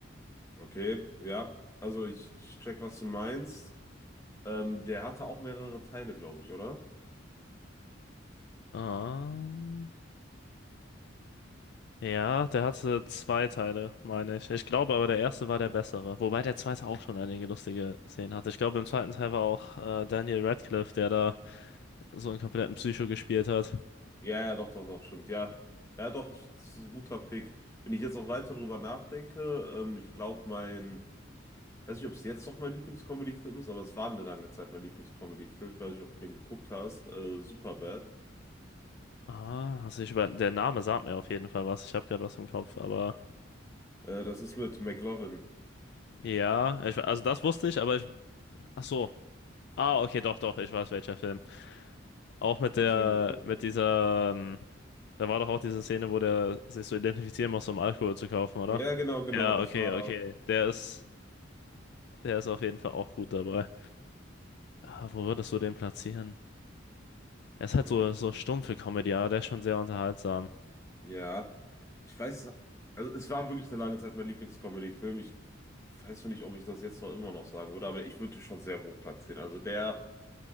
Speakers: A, on the left; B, on the left.
A: Okay, ja. Also ich, ich check, was du meinst. Ähm, der hatte auch mehrere Teile, glaube ich, oder?
B: Ähm, ja, der hatte zwei Teile, meine ich. Ich glaube aber, der erste war der bessere. Wobei der zweite auch schon einige lustige Szenen hatte. Ich glaube, im zweiten Teil war auch äh, Daniel Radcliffe, der da so einen kompletten Psycho gespielt hat.
A: Ja, ja, doch, doch, doch, stimmt. Ja, ja, doch, ich, das ist ein guter Pick. Wenn ich jetzt auch weiter drüber nachdenke, ähm, ich glaube, mein, weiß nicht, ob es jetzt noch mein Lieblingscomedy-Film ist, aber es war eine lange Zeit mein Lieblingscomedy-Film. Ich weiß nicht, ob du den geguckt hast. Äh, Superbad.
B: Ah, also ich über der Name sagt mir auf jeden Fall was. Ich habe gerade was im Kopf, aber
A: Äh, das ist mit McLovin.
B: ja, ich, also das wusste ich, aber ich, ach so. Ah, okay, doch, doch, ich weiß welcher Film. Auch mit
A: Hast
B: der,
A: du den geguckt?
B: mit dieser, ähm, da war doch auch diese Szene, wo der sich so identifizieren muss, um Alkohol zu kaufen, oder?
A: Ja, genau, genau.
B: Ja,
A: Das
B: okay,
A: war.
B: okay. Der ist, der ist auf jeden Fall auch gut dabei. Ah, wo würdest du den platzieren? Er ist halt
A: Hm,
B: so, so stumpfe Comedy, aber der ist schon sehr unterhaltsam.
A: ja. Ich weiß, also es war wirklich eine lange Zeit mein Lieblingscomedy-Film. Ich weiß noch nicht, ob ich das jetzt noch immer noch sagen würde, aber ich würde ihn schon sehr hoch platzieren. Also der,